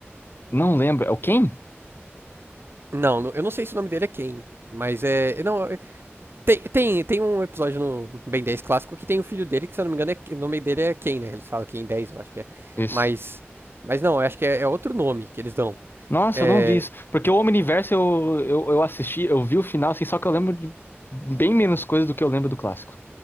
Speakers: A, on the left; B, on the right.
A: Não lembro. É o Ken?
B: Não, não- eu não sei se o nome dele é Ken, mas é. Não, é- Tem, tem, tem um episódio no Ben 10 clássico que tem o filho dele, que se eu não me engano, é, o nome dele é Ken, né? Eles falam Ken 10, eu acho que é.
A: Isso.
B: Mas, mas não, eu acho que é, é outro nome que eles dão.
A: Nossa,
B: É,
A: eu não vi isso. Porque o Omniverse eu, eu, eu assisti, eu vi o final, assim, só que eu lembro de bem menos coisas do que eu lembro do clássico.